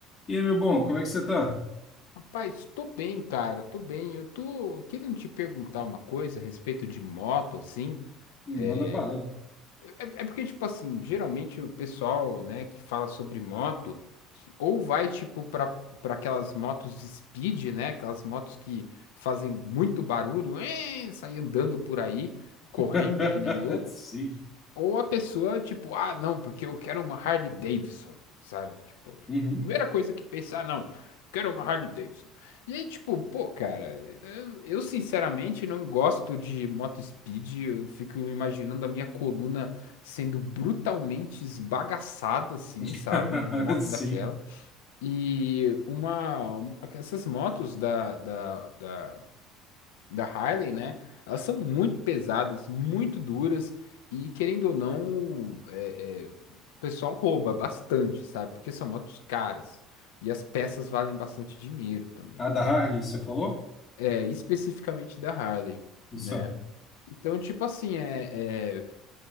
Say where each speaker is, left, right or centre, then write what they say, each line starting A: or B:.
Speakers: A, on the left; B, on the left.
A: E aí, meu bom, como é que você tá?
B: Rapaz, tô bem, cara, tô bem. Eu tô querendo te perguntar uma coisa a respeito de moto, assim.
A: Ih,
B: É,
A: manda bala.
B: é, é porque, tipo assim, geralmente o pessoal, né, que fala sobre moto, ou vai, tipo, pra, pra aquelas motos de speed, né, aquelas motos que fazem muito barulho, é, sai andando por aí, correndo
A: <laughs>
B: que nem louco,
A: Sim.
B: ou a pessoa, tipo, ah, não, porque eu quero uma Harley Davidson, sabe? Tipo,
A: Uhum.
B: primeira coisa que pensar, ah, não, quero uma Harley Davidson. E aí, tipo, pô, cara, eu, eu sinceramente não gosto de moto speed, eu fico imaginando a minha coluna sendo brutalmente esbagaçada, assim,
A: <laughs>
B: sabe? Numa moto
A: Sim.
B: daquela. E uma, um- essas motos da, da, da da Harley, né? Elas são muito pesadas, muito duras e querendo ou não, é, é, o pessoal rouba bastante, sabe? Porque são motos caras e as peças valem bastante dinheiro também.
A: A da Harley, você falou?
B: É, especificamente da Harley,
A: Isso.
B: né? Então, tipo assim, é, é,